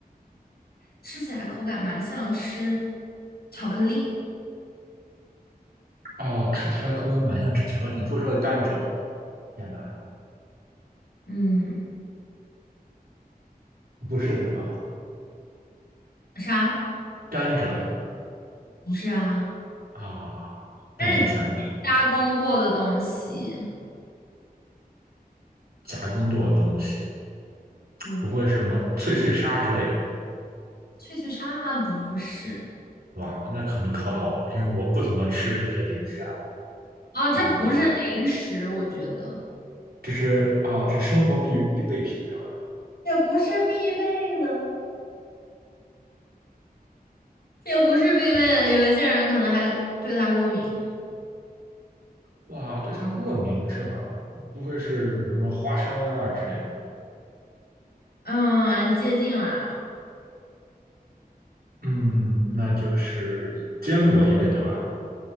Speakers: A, on the left; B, on the right.
A: 吃起来口感蛮像吃巧克力，
B: 哦，吃起来口感蛮像吃巧克力，不会说是甘蔗吧。天哪，
A: 嗯，
B: 不是什么
A: 啥？
B: 甘蔗
A: 不是啊，
B: 啊？那我再想一想，
A: 它是加工过的东西。
B: 加工过的东西，
A: 对，
B: 不会是什么脆脆鲨之类的？
A: 脆脆鲨不是
B: 哇，那可能考到我了，因为我不怎么吃这些零食啊。
A: 啊，这不是零食，
B: 嗯
A: 我觉得
B: 这是啊，这生活必必备品是吧？
A: 也不是必备的。也不是必备的，有一些人可能还对它过敏。
B: 哇，对它过敏是吗？不会是什么花生啊之类的？
A: 嗯，接近啦，
B: 嗯，那就是坚果一类对吧？